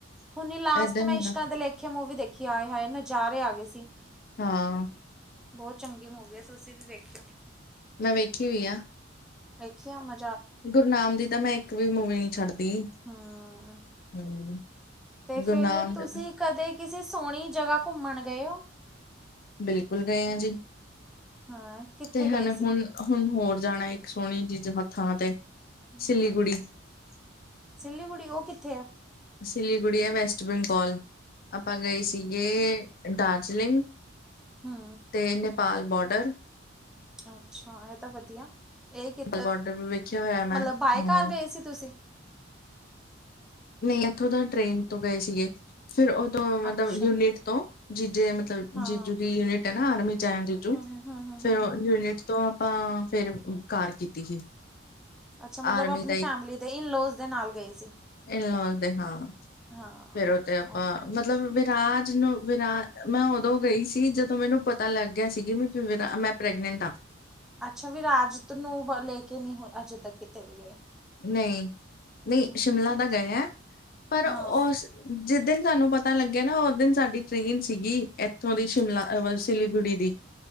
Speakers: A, in the centre; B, on the left.
A: ਹੁਨੀ ਲਾਸਟ
B: ਏਦਾਂ ਹੀ
A: ਮੈਂ
B: ਹੁੰਦਾ
A: ਇਸ਼ਕਾਂ ਦੇ ਲੇਖ ਕਿਆ ਮੂਵੀ ਦੇਖੀ ਆਏ ਹਾਏ ਨਜ਼ਾਰੇ ਆ ਗਏ ਸੀ।
B: ਹਾਂ।
A: ਬਹੁਤ ਚੰਗੀ ਮੂਵੀ ਹੈ ਤੁਸੀਂ ਵੀ ਵੇਖਿਓ
B: ਮੈ ਵੇਖੀ ਹੋਈ ਆ।
A: ਵੇਖੀ ਆ ਮੈਂ।
B: ਗੁਰਨਾਮ ਦੀ ਤਾ ਮੈਂ ਇੱਕ ਵੀ ਮੂਵੀ ਨੀ ਛੱਡਦੀ।
A: ਹੁੰ।
B: ਹੂੰ।
A: ਤੇ ਫਿਰ
B: ਗੁਰਨਾਮ
A: ਤੁਸੀ
B: ਦੇ ਤਾਂ
A: ਕਦੇ ਕਿਸੇ ਸੋਣੀ ਜਗ੍ਹਾ ਘੁੰਮਣ ਗਏ ਓ?
B: ਬਿਲਕੁਲ ਗਏ ਆਂ ਜੀ,
A: ਹਾਂ ਕਿੱਥੇ
B: ਤੇ
A: ਗਏ
B: ਹਨ
A: ਸੀ?
B: ਹੁਨ ਹੁਨ ਹੋਰ ਜਾਣਾ ਇੱਕ ਸੋਣੀ ਜੀ ਜਹ ਥਾਂ ਤੇ। ਸਿਲੀਗੁੜੀ
A: ਹਾਂ ਸਿਲੀਗੂੜੀ, ਸਿਲੀਗੁੜੀ ਓ ਕਿੱਥੇ ਐ?
B: ਸਿਲੀਗੁੜੀ ਐ ਵੈਸਟ ਬੰਗੋਲ। ਆਪਾਂ ਗਏ ਸੀਗੇ ਦਾਰਜਲਿੰਗ
A: ਹੂੰ।
B: ਤੇ ਨੇਪਾਲ ਬੋਡਰ
A: ਅੱਛਾ ਏ ਤਾਂ ਵਧੀਆ, ਏ ਕਿ
B: ਨੇਪਾਲ ਬੋਡਰ ਵੀ ਵੇਖਿਆ ਹੋਇਆ ਮੈਂ
A: ਮਤਲਬ ਬਾਏ
B: ਹੂੰ
A: ਕਾਰ ਗਏ ਸੀ ਤੁਸੀਂ?
B: ਨਈ ਇਥੋਂ ਦਾ ਟ੍ਰੇਨ ਤੋਂ ਗਏ ਸੀਗੇ ਫਿਰ ਉਦੋਂ ਮਤਲਬ
A: ਅੱਛਾ
B: ਯੂਨਿਟ ਤੋਂ ਜਿਜੈ ਮਤਲਬ
A: ਹਾਂ।
B: ਜੀਜੂ ਦੀ ਯੂਨਿਟ ਐ ਨਾ ਆਰਮੀ ਚ ਆਇਆ ਜੀਜੂ
A: ਹੂੰ ਹੂੰ ਹੂੰ ਹੂੰ ਹੂੰ
B: ਫੇਰ
A: ਹੂੰ
B: ਯੂਨਿਟ ਤੋਂ ਆਪਾਂ ਫੇਰ ਕਾਰ ਕੀਤੀ ਹੀ।
A: ਅੱਛਾ ਮਤਲਬ
B: ਆਰਮੀ
A: ਆਪਣੀ ਫੈਮਿਲੀ ਦੇ ਇਨਲੋਸ ਦੇ ਨਾਲ ਗਏ ਸੀ।
B: ਇਨ ਦੇ ਹਾਂ
A: ਹਾਂ
B: ਫੇਰ ਓ ਤੇ ਆਪਾਂ
A: ਓਕੇ
B: ਮਤਲਬ ਵਿਰਾਜ ਨੂੰ ਵਿਰਾ ਮੈਂ ਉਦੋਂ ਗਈ ਸੀ ਜਦੋਂ ਮੈਨੂੰ ਪਤਾ ਲੱਗ ਗਿਆ ਸੀਗੀ ਵੀਰਾ ਮੈਂ ਪ੍ਰੈਗਨੈਂਟ ਆ।
A: ਅੱਛਾ ਵੀ ਰਾਜ ਨੂੰ ਲੈ ਕੇ ਨੀ ਅਜੇ ਤੱਕ ਕਿਤੇ ਵੀ ਗਏ।
B: ਨਈ ਨੀ
A: ਹੂੰ
B: ਸ਼ਿਮਲਾ ਤਾਂ ਗਏ ਐ ਪਰ
A: ਹਾਂ
B: ਉਸ ਜਿਸ ਦਿਨ ਸਾਨੂੰ ਪਤਾ ਲੱਗਿਆ ਨਾ ਓ ਦਿਨ ਸਾਡੀ ਟ੍ਰੇਨ ਸੀਗੀ ਇੱਥੋਂ ਦੀ ਸ਼ਿਮਲਾ ਸਿਲੀਗੁੜੀ ਦੀ ਼